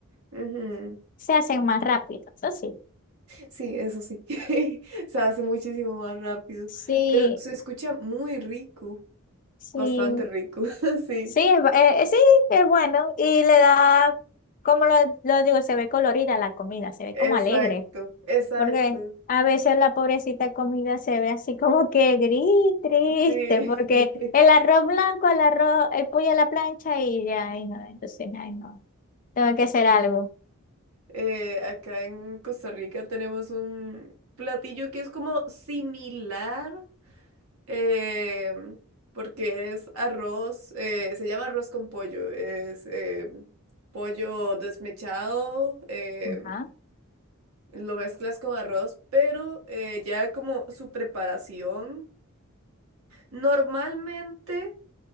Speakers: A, on the right; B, on the left.
A: Ujú.
B: Se hacen más rápido. Eso sí.
A: Sí, eso sí. <laughs> Se hace muchísimo más rápido,
B: Sí,
A: pero se escucha muy rico,
B: sí.
A: bastante rico, <laughs> sí.
B: Sí, es, bu- eh, eh, sí, es bueno. Y le da, como lo, lo digo, se ve colorida la comida, se ve
A: Exacto,
B: como alegre.
A: exacto,
B: Porque a veces la pobrecita comida se ve así como que gris, triste,
A: Sí,
B: porque
A: <laughs>
B: el arroz blanco, el arroz, el pollo a la plancha y ya, ay no, entonces, ay no, tengo que hacer algo.
A: eh, acá en Costa Rica tenemos un platillo que es como similar, eh, porque es arroz, eh, se llama arroz con pollo, es eh, pollo desmechado, eh,
B: Ajá.
A: lo mezclas con arroz, pero eh, ya como su preparación, normalmente...